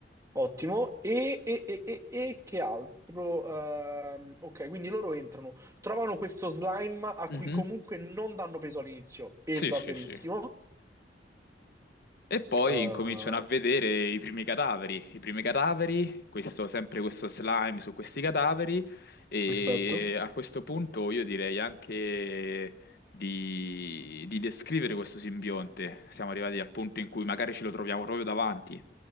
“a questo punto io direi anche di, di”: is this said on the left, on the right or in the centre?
Left